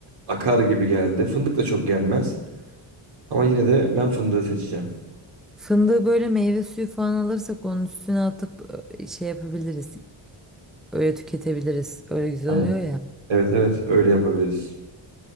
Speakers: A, on the right; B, in the centre.
A: akar gibi geldi. Fındık da çok yenmez ama yine de ben fındığı seçeceğim.
B: Fındığı böyle meyve suyu falan alırsak onun üstüne atıp ö, şey yapabiliriz. Öyle tüketebiliriz. Öyle güzel
A: Aynen.
B: oluyor ya.
A: Evet evet öyle yapabiliriz.